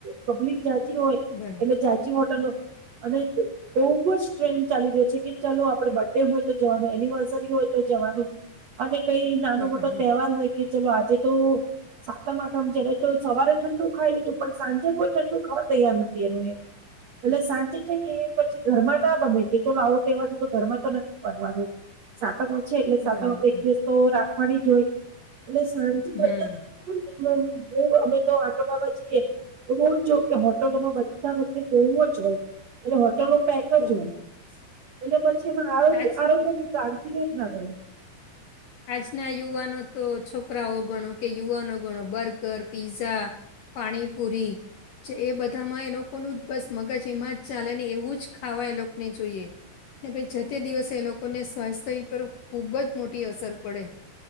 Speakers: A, on the right (about 70°); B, on the left (about 70°).
A: પબ્લિક જાજી હોય
B: બર.
A: એટલે જાાચી હોટલો અને બહુજ ટ્રેન્ડ ચાલી રહ્યો છે કે ચાલો આપડે બર્થ ડે હોય તો જવાનું એનિવર્સરી હોય તો જવાનું અને કઈ નાનો
B: બરાબર
A: મોટો તહેવાર હોય કે ચલો આજે તો સાતમ આઠમ છે ભવે તો સવારે ઠંડુ ખાઈ લીધું પણ સાંજે કોઈ ઠંડુ ખાવા તૈયાર નથી એનું એ
B: <inaudible>
A: એટલે સાંજે છે ને એ પછી ઘરમાં ના બને કે ચાલ આવું તોવા છે તો ઘરમાં તો નથી બનવાનું. સાતક ઓ છે એટલે સાતક
B: બરાબર
A: આપડે એક દિવસ તો રાખવાની હોય એટ સા
B: હા.
A: ને હું અમે તો આટો મારવા જઈએ તો બઉુ જ જો કે હોટલોમાં બધા બધે બહવુ જ હોય એટ હોટલો પે જ
B: બર
A: હોય એટલે પછી એમાં આરોગ્ય
B: આજ
A: ની કાજી કેઈ ના રહે
B: આજના યુવાનો તો છોકરાઓ ગણો કે યુવાનો ગણો બર્ગર પીઝા પાણીપૂરી એ બધામાં એ લોકોનું જ બસ મગજ એમાં જ ચાલે ને એવુંજ ખાવા એ લોકોને જોઈએ પી જ તે દિવસે એ લોકોને સ્વાસ્થ્ય પર ખૂબજ મોટી અસર પડે